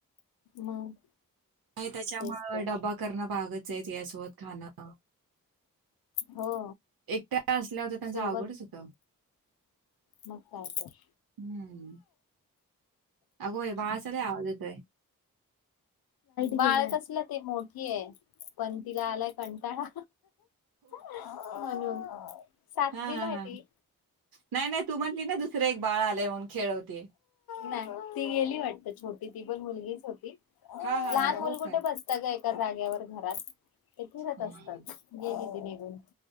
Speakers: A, on the left; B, on the right.
A: मग
B: आहे त्याच्यामुळ
A: तेच तर
B: डबा करणं भागच आहे यासोबत खाणं
A: हो
B: एकट्या असल्यावर तर त्यांचं
A: सोबत
B: अवघडच होत.
A: मग काय तर.
B: हम्म. अगो बाई बाळाचा लय आवाज येतोय.
A: बाळ तसलं ते मोठी ही पण तिला आलाय कंटाळा. म्हणून सातवीला
B: हा हा
A: आहे
B: हा
A: ती
B: नाही नाही तु म्हटली ना दुसरे एक बाळ आले म्हणून खेळवते.
A: नाही ती गेली वाटत छोटी ती पण मुलगीच होती लहान
B: हां, हां, हां. हो
A: मुलं
B: काय?
A: कुठे बसत ग एका जाग्यावर घरात. ते फिरत
B: ये
A: असतात गेली ती निघून